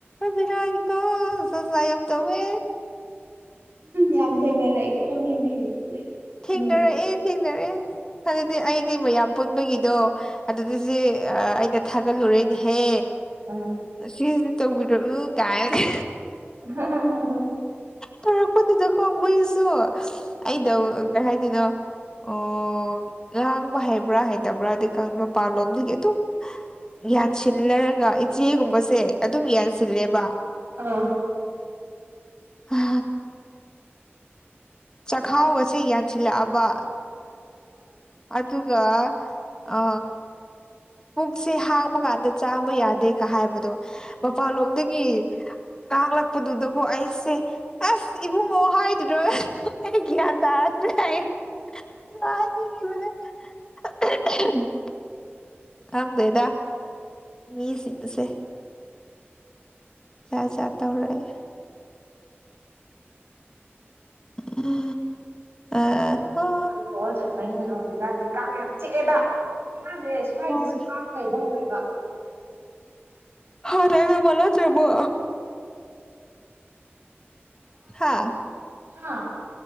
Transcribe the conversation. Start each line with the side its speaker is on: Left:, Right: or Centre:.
Left: ꯑꯕꯤꯅꯥꯏꯀꯣ ꯆꯁ ꯌꯥꯝ ꯇꯧꯋꯦ
Right: ꯌꯥꯝ ꯊꯦꯡꯅꯔꯛꯏꯀꯣ ꯃꯤꯗꯤ
Left: ꯊꯦꯡꯅꯔꯛꯑꯦ
Right: ꯅꯪ
Left: ꯊꯦꯡꯅꯔꯛꯑꯦ ꯑꯗꯨꯗꯤ ꯑꯩꯗꯤ ꯃꯌꯥꯝ ꯄꯨꯟꯕꯒꯤꯗꯣ ꯑꯗꯨꯗꯗꯤ ꯑꯩꯅ ꯊꯥꯒꯠꯂꯨꯔꯦꯅꯦꯍꯦ
Right: ꯑ
Left: ꯁꯤꯁꯤꯗꯤ ꯇꯧꯕꯤꯔꯛꯎ ꯀꯥꯏꯅꯒ
Right: ꯍꯥꯍꯥꯍꯥ ꯍꯨꯝ ꯍꯨꯝ
Left: ꯊꯔꯛꯄꯗꯨꯗꯀꯣ ꯃꯣꯏꯁꯨ ꯑꯩꯗ ꯀꯩ ꯍꯥꯏꯗꯣꯏꯅꯣ ꯑꯣ ꯉꯥꯡꯕ ꯍꯩꯕ꯭ꯔꯥ ꯍꯩꯇꯕ꯭ꯔꯥ ꯑꯗꯩ ꯃ ꯄꯥꯟꯂꯣꯝꯗꯒꯤ ꯑꯗꯨꯝ ꯌꯥꯟꯁꯤꯜꯂꯔꯒ ꯏꯆꯦꯒꯨꯝꯕꯁꯦ ꯑꯗꯨꯝ ꯌꯥꯟꯁꯤꯜꯂꯦꯕ
Right: ꯑꯥ
Left: ꯍꯥ ꯆꯈꯥꯎ ꯑ ꯑꯁꯤꯦ ꯌꯥꯟꯁꯤꯜꯂꯛꯑꯕ ꯑꯗꯨꯒꯒ ꯑ ꯄꯨꯛꯁꯦ ꯍꯥꯡꯕ ꯀꯥꯟꯗ ꯆꯥꯕ ꯌꯥꯗꯦ ꯀ ꯍꯥꯏꯕꯗꯣ ꯃꯄꯥꯟꯂꯣꯝꯗꯒꯤ ꯉꯥꯡꯂꯛꯄꯗꯨꯗꯒꯣ ꯑꯩꯁꯦ ꯑꯁ ꯏꯕꯨꯡꯉꯣ ꯍꯥꯏꯗꯨꯗꯣ ꯑꯩ ꯒ꯭ꯌꯥꯟ ꯇꯥꯗ꯭ꯔꯦ ꯑꯩ ꯑꯍꯝ ꯍꯪꯗꯣꯏꯗ ꯃꯤꯁꯤꯡꯕꯁꯦ ꯆꯥ ꯆꯥ ꯇꯧꯔꯛꯑꯦ ꯎ ꯑ ꯍꯣ
Right: ꯇꯣꯜ ꯊꯝꯕꯩꯅꯦꯕ ꯍꯧꯖꯤꯛꯀꯥꯟꯁꯤ ꯀꯥꯡ ꯌꯥꯝ ꯆꯤꯛꯑꯦꯕ ꯍꯧꯖꯤꯛꯀꯥꯟꯁꯦ ꯁ꯭ꯋꯥꯏꯗꯁꯨ
Left: ꯍꯣꯏ
Right: ꯀꯥꯡ ꯂꯩꯕ ꯍꯧꯔꯦꯕ
Left: ꯍ ꯇꯥꯏꯒꯣꯕꯣꯂꯣ ꯔꯔꯕꯣ ꯍꯥꯥ
Right: ꯍꯥꯥ